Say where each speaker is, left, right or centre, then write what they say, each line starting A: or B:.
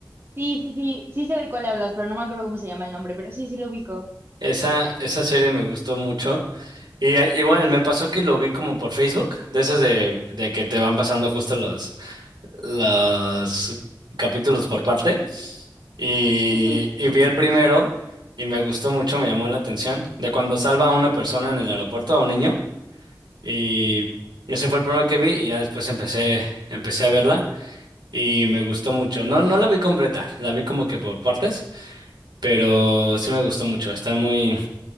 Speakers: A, on the right; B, on the right.
A: sí, sí, sí, sí sé de cuál hablas, pero no me acuerdo cómo se llama el nombre, pero sí, sí lo ubico.
B: esa, esa serie me gustó mucho. Y a- igual, me pasó que lo vi como por Facebook, de esas de, de que te van pasando justo los, los capítulos por parte, y,
A: Sí, sí,
B: y vi el primero. Y me gustó mucho, me llamó la atención, de cuando salva a una persona en el aeropuerto, a un niño. Y ese fue el primero que vi y ya después empecé, empecé a verla y me gustó mucho. No, no la vi completa, la vi como que por partes, pero sí me gustó mucho. Está muy,